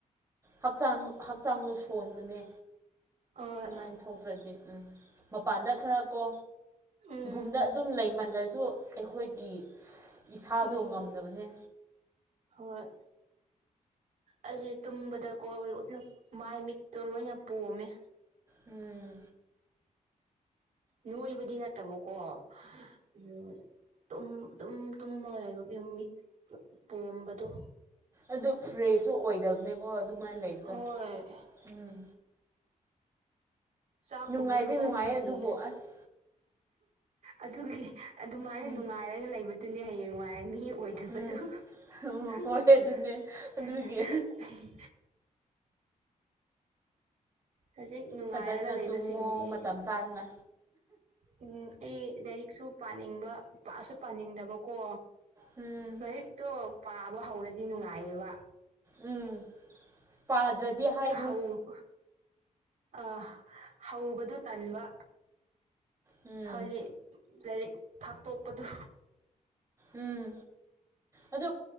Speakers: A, on the right; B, on the right.
A: ꯍꯛꯆꯥꯡ ꯍꯛꯆꯥꯡꯗꯣ ꯁꯣꯟꯕꯅꯦ
B: ꯍꯣꯏ
A: ꯑꯗꯨꯃꯥꯏ ꯊꯣꯛꯇ꯭ꯔꯗꯤ ꯎꯝ ꯃꯄꯥꯟꯗ ꯈꯔ ꯀꯣ
B: ꯎꯝ
A: ꯔꯨꯝꯗ ꯑꯗꯨꯝ ꯂꯩꯃꯜꯂꯁꯨ ꯑꯩꯈꯣꯏꯒꯤ ꯏꯁꯥꯗꯣ
B: ꯎꯝ
A: ꯉꯝꯗꯕꯅꯦ
B: ꯍꯣꯏ ꯑꯩꯁꯦ ꯇꯨꯝꯕꯗꯀꯣ ꯂꯣꯏꯅ ꯃꯥꯏ ꯃꯤꯠꯇꯣ ꯂꯣꯏꯅ ꯄꯣꯝꯃꯦ
A: ꯎꯝ
B: ꯅꯣꯏꯕꯗꯤ ꯅꯠꯇꯕꯀꯣ ꯎꯝ ꯑꯗꯨꯝ ꯇꯨꯝꯃ ꯂꯩꯕꯒꯤ ꯃꯤꯠ ꯄꯣꯝꯕꯗꯣ
A: ꯑꯗꯨ ꯐ꯭ꯔꯦꯁꯁꯨ ꯑꯣꯏꯗꯕꯅꯦꯀꯣ ꯑꯗꯨꯃꯥꯏꯅ ꯂꯩꯕꯗ
B: ꯍꯣꯏ
A: ꯎꯝ
B: ꯆꯥꯛ
A: ꯅꯨꯡꯉꯥꯏꯗꯤ
B: ꯀꯨꯝꯕꯁꯨ ꯆꯥꯅꯤꯡꯗꯦ
A: ꯅꯨꯡꯉꯥꯏꯌꯦ ꯑꯗꯨꯕꯨ ꯑꯁ
B: ꯑꯗꯨꯒꯤ ꯑꯗꯨꯃꯥꯏꯅ
A: ꯎꯝ
B: ꯅꯨꯡꯉꯥꯏꯔꯒ ꯂꯩꯕꯗꯨꯅꯦ ꯍꯌꯦꯡ ꯋꯥꯏ ꯃꯤ ꯑꯣꯏꯊꯕꯗꯣ
A: ꯎꯝ
B: ꯑꯩ
A: ꯎꯝ ꯍꯣꯏ ꯑꯗꯨꯅꯦ ꯑꯗꯨꯒꯤ
B: ꯍꯧꯖꯤꯛ ꯅꯨꯡꯉꯥꯏꯔꯒ
A: ꯐꯖꯅ
B: ꯂꯩꯕꯁꯤꯡꯗꯤ
A: ꯇꯨꯝꯃꯣ ꯃꯇꯝ ꯆꯥꯅ
B: ꯎꯝ ꯑꯩ ꯂꯥꯏꯔꯤꯛꯁꯨ ꯄꯥꯅꯤꯡꯕ ꯄꯥꯁꯨ ꯄꯥꯅꯤꯡꯗꯕꯀꯣ
A: ꯎꯝ
B: ꯂꯥꯏꯔꯤꯛꯇꯣ ꯄꯥꯕ ꯍꯧꯔꯗꯤ ꯅꯨꯡꯉꯥꯏꯌꯦꯕ
A: ꯎꯝ ꯄꯥꯗ꯭ꯔꯗꯤ ꯍꯥꯏꯅꯣ
B: ꯍꯧ ꯑ ꯍꯧꯕꯗꯨ ꯇꯟꯕ
A: ꯎꯝ
B: ꯍꯥꯏꯗꯤ ꯂꯥꯏꯔꯤꯛ ꯐꯥꯛꯇꯣꯛꯄꯗꯨ
A: ꯎꯝ ꯑꯗꯨ